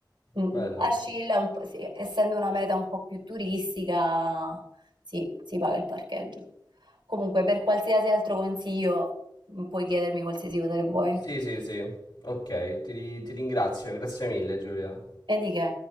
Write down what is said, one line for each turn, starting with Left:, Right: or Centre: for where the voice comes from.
Right: mh, mh,
Left: Bello.
Right: Ascilla, è un po'- sì, essendo una meta un po' più turistica, sì, si paga il parcheggio. Comunque, per qualsiasi altro consiglio, mh, puoi chiedermi qualsiasi cosa che vuoi.
Left: Sì, sì, sì. Ok, ti, ri- ti ringrazio. Grazie mille, Giulia.
Right: E di che?